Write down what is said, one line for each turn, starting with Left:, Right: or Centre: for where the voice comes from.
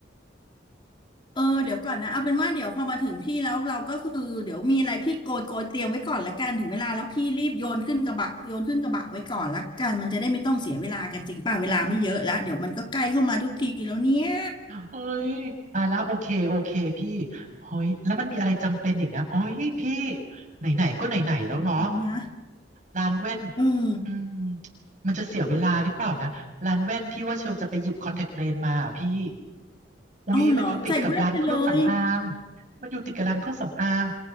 Left: เออเดี๋ยวก่อนนะเอาเป็นว่าเดี๋ยวพอมาถึงพี่แล้วเราก็คือเดี๋ยวมีอะไรพี่โกยโกยเตรียมไว้ก่อนละกันถึงเวลาแล้วพี่รีบโยนขึ้นกระบะโยนขึ้นกระบะไว้ก่อนละกันมันจะได้ไม่ต้องเสียเวลากันจริงป่ะเวลาไม่เยอะแล้วเดี๋ยวมันก็ใกล้เข้ามาทุกทีแล้วเนี่ย
Right: เอ้ยตายแล้วโอเคโอเคพี่เฮ้ยแล้วมันมีอะไรจำเป็นอีกนะเอ้ยพี่ไหนๆก็ไหนๆแล้วเนาะ
Left: นะ
Right: ร้านแว่น
Left: เออ
Right: อืมมันจะเสียเวลาหรือเปล่านะร้านแว่นที่ว่าเชลจะไปหยิบคอนแทคเลนส์มาอะพี่อุ๊ยมันอยู่ติดกับร้านเครื่องสำอาง
Left: เอาเหรอใส่แว่นไปเลย
Right: มันอยู่ติดกับร้านเครื่องสำอาง